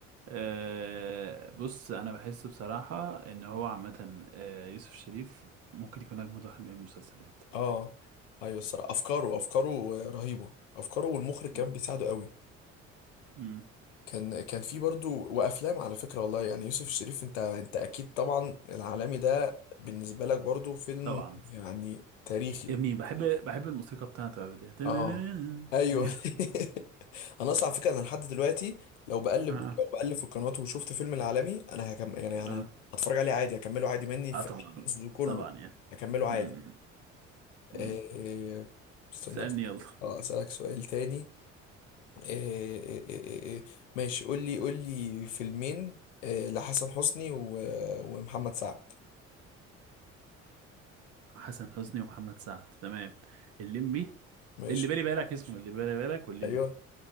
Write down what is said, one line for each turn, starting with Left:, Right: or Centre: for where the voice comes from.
Right: آه. بص انا بحس بصراحه ان هو عامه آه، يوسف شريف ممكن يكون اجمد واحد بيعمل مسلسلات
Left: اه ايوه الصراحه افكاره افكاره رهيبه افكاره والمخرج كان
Right: أمم.
Left: بيساعده قوي
Right: أمم.
Left: كان كان في برضو وافلام على فكره والله يعني يوسف الشريف انت انت اكيد طبعا العالمي ده بالنسبه لك برضو فيلم
Right: طبعا
Left: يعني تاريخي
Right: يا ابني بحب بحب الموسيقى بتاعته قوي دي
Left: اه
Right: <laughs>
Left: ايوه
Right: دي.
Left: <laughs> انا اصلا على فكره انا لحد دلوقتي لو بقلب
Right: اه
Left: لو بقلب في القنوات وشفت فيلم العالمي انا هكم يعني انا
Right: اه
Left: هتفرج عليه عادي هكمله عادي مني في
Right: اه طبعا
Left: حفظه كله
Right: طبعا يعني
Left: هكمله
Right: مم.
Left: عادي
Right: مم.
Left: إيه... استنى
Right: اسألني يلا
Left: اه اسالك سؤال تاني إيه... إيه... إيه... إيه... ماشي قول لي قول لي فيلمين إيه... لحسن حسني و... ومحمد سعد
Right: حسن حسني ومحمد سعد تمام الليمبي
Left: ماشي
Right: اللي بالي بالك اسمه اللي بالي بالك والليمبي
Left: ايوه